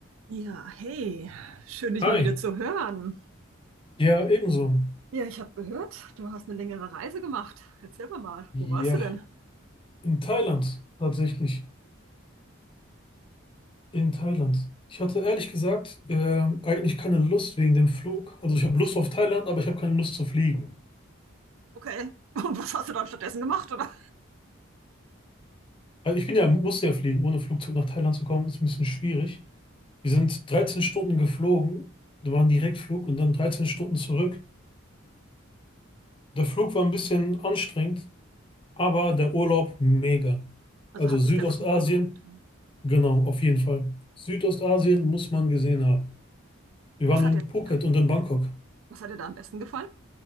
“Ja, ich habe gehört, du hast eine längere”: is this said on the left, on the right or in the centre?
Right